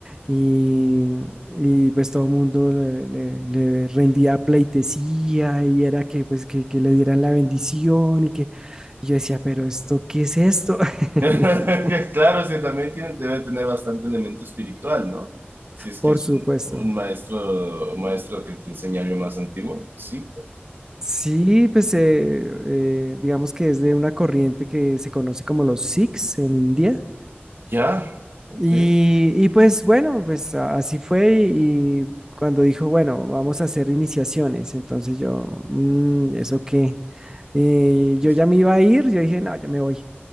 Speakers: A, on the right; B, on the right.
A: y, y, pues todo el mundo le, le- le rendía pleitesía y era que pues que, que le dieran la bendición y que y yo decía, pero esto, ¿qué es esto? <laughs>
B: <laughs> Que Claro, sí, también tiene, debe tener bastante elemento espiritual, ¿no? Si es
A: Por
B: que es
A: supuesto.
B: un, un maestro, un maestro que te enseña algo más antiguo, sí.
A: Sí, pues eh, eh, digamos que es de una corriente que se conoce como los Sikhs en India.
B: Ya, ok.
A: Y, y pues bueno, pues a- así fue y, y cuando dijo, bueno, vamos a hacer iniciaciones, entonces yo, "Mm, ¿eso qué? Y yo
B: <laughs>
A: ya me iba a ir, yo dije, no, yo me voy.